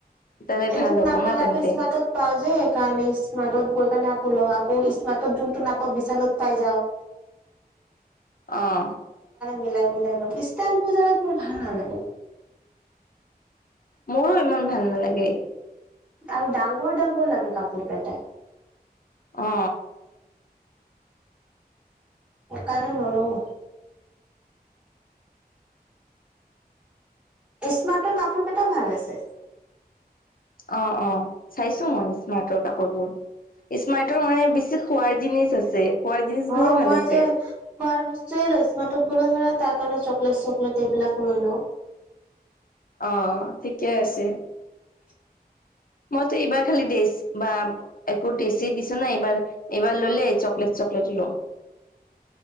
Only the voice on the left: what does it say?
তাতে
ভাল হ'ব
ন তেন্তে
অহ
মোৰো ইমান ভাল নালাগে
অ
অ-অ চাইছো মই স্মাৰ্টৰ কাপোৰবোৰ স্মাৰ্টৰ মানে বেছি খোৱাৰ জিনিছ আছে। খোৱাৰ জিনিচ
বোৰো
ভাল আছে
অ' ঠিকে আছে।
মইতো এইবাৰ খালি ড্ৰেছ বা একো ড্ৰেছ দিছো ন এইবাৰ এইবাৰ ল'লে চকলেট চকলেট। ল <inaudible>